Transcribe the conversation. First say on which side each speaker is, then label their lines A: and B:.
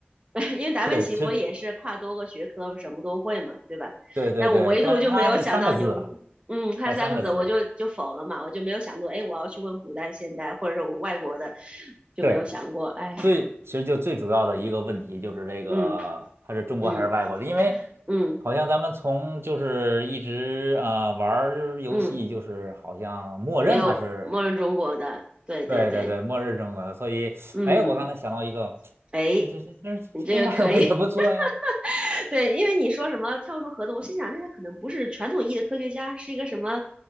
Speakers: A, on the right (about 25°); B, on the right (about 85°).
A: <laughs> 因为达芬奇不也是跨多个学科，
B: 对，其实
A: 什么都会嘛，对吧？
B: 对对对，
A: 但我唯独就没有想到牛顿，
B: 但是它是三个字啊，
A: 嗯，看三个字我就就否了嘛，
B: 它是三个字。
A: 我就没有想过，哎，我要去问古代现代或者是我外国的，就没有想过，
B: 对，
A: 哎呀，
B: 最其实就最主要的一个问题就是这个，
A: 嗯
B: 它是中国还是外国的？
A: 嗯
B: 因为
A: 嗯
B: 好像咱们从就是一直呃玩儿游戏，
A: 嗯，
B: 就是好像默认它是，
A: 没有默认中国的，对对对。
B: 对对对，默认中国的。所以，
A: 嗯，
B: 哎，我刚才想到一个，
A: 哎，
B: 这这这这这外国也不错呀。
A: 你这个可以，<laughs> 对，因为你说什么跳出盒子，我心想，那他可能不是传统意义的科学家，是一个什么